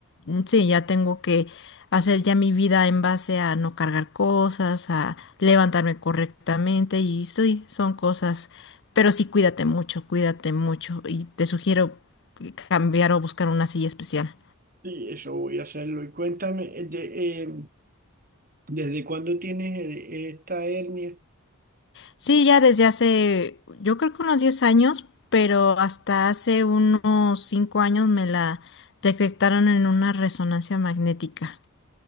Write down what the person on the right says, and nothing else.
sí, eso voy a hacerlo. Y cuéntame, eh, de, eh, ¿desde cuándo tienes eh, esta hernia?